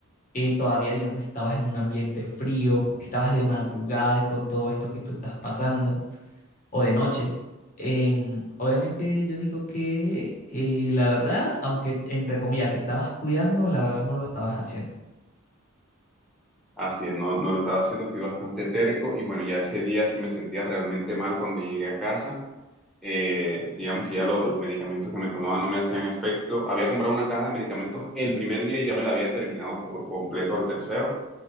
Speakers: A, on the left; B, in the centre.
A: eh, todavía, digamos, estabas en un ambiente frío, estabas de madrugada con todo esto que tú estás pasando. o de noche. Em, obviamente yo digo que eh, la verdad, aunque entre comillas te estabas cuidando, la verdad no lo estabas haciendo.
B: Así es, no, no lo estaba haciendo, fui bastante terco y bueno, ya ese día sí me sentía realmente mal cuando llegué a casa. eh, digamos que ya lo- los medicamentos que me tomaba no me hacían efecto. Había comprado una caja de medicamentos el primer día y ya me la había terminado co- por completo al tercero.